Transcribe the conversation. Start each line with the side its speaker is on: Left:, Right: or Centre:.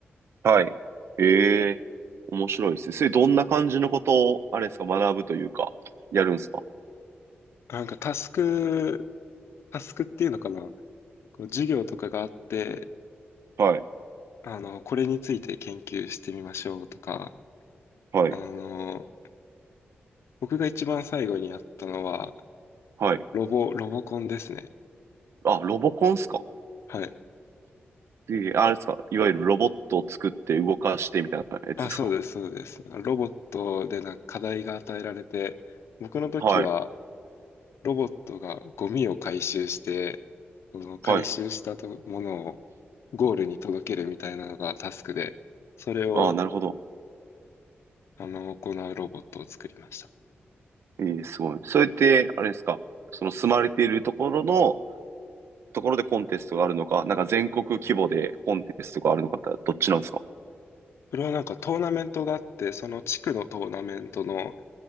Right: はい。ええ、面白いですね。それどんな感じのことを、あれですか、学ぶというか、やるんですか
Left: なんかタスク、タスクっていうのかな、こう授業とかがあって、
Right: はい、
Left: あの、これについて研究してみましょうとか、
Right: はい、
Left: あの、僕が一番最後にやったのは、
Right: はい。
Left: ロボ、ロボコンですね。
Right: あ、ロボコンですか
Left: はい。
Right: ええ、あれですか、いわゆるロボットを作って動かしてみたいなやつですか
Left: あ、そうです、そうです。ロボットでなんか課題が与えられて、僕の時は、
Right: はい、
Left: ロボットがゴミを回収して、その回収したとものを
Right: はい。
Left: ゴールに届けるみたいなのがタスクで、それを
Right: ああ、なるほど。
Left: あの行うロボットを作りました。
Right: ええ、すごい。それって、あれですか、その住まれているところの、ところでコンテストがあるのか、なんか全国規模でコンテストがあるのかってどっちなんですか
Left: それはなんかトーナメントがあって、その地区のトーナメントの